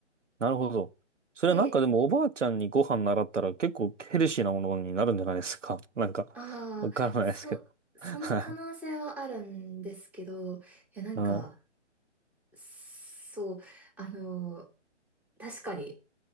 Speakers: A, on the right (about 85°); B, in the centre.
A: なるほど。それはなんかでもおばあちゃんにご飯習ったら結構ヘルシーなものになるんじゃないですか。
B: で、
A: <laughs> なんか、
B: ああ、
A: わからないですけど。
B: そ、その可能性はあるんですけど、
A: <laughs> はい。
B: いや、なんか、
A: うん。
B: そう、あのー確かに、